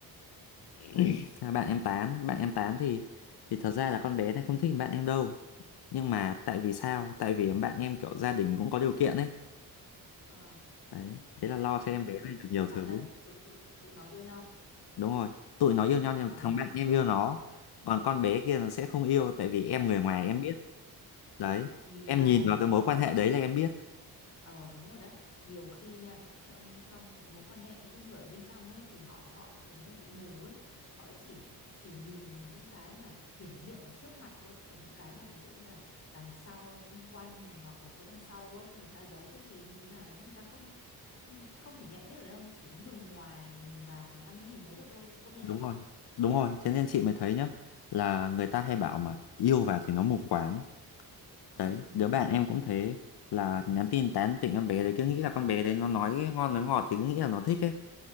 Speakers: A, on the left; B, on the left.
A: <clears throat> Thế là bạn em tán, bạn em tán thì thì thật ra là con bé này không thích bạn em đâu. Nhưng mà tại vì sao? Tại vì bạn em kiểu gia đình cũng có điều kiện ấy.
B: ờ
A: đấy thế là lo cho
B: không
A: em
B: thế
A: bé
B: là tụi
A: này được nhiều
B: đúng lại
A: thứ
B: là tụi tụi tụi nó yêu nhau
A: đúng rồi tụi nó yêu nhau nhưng mà
B: ờ
A: thằng bạn em yêu nó còn con bé kia nó sẽ không yêu tại vì em người ngoài
B: ờ
A: em biết đấy
B: nhìn
A: em
B: bà
A: nhìn vào
B: thấy
A: cái mối quan hệ đấy là em biết
B: ờ đúng rồi đấy nhiều khi nha trong trong một cái mối quan hệ những cái người ở bên trong ấy thì họ họ kiểu như là bị mù ấy họ chỉ chỉ nhìn được những cái mà hiển hiện ở trước mặt thôi còn những cái mà ví dụ như là đằng sau xung quanh này hoặc là phía đằng sau ấy người ta giấu cái gì ấy, như thế nào đấy người ta không không thể nhận biết được đâu chỉ có người ngoài nhìn vào người ta mới nhìn thấy được thôi công nhận
A: đúng
B: không
A: rồi đúng rồi thế nên chị mới thấy nhá là người ta hay bảo mà yêu vào thì nó mù quáng đấy
B: ừ
A: đứa bạn em cũng thế là nhắn tin tán tỉnh con bé đấy cứ nghĩ là con bé đấy nó nói ngon nói ngọt thì cứ nghĩ là nó thích ấy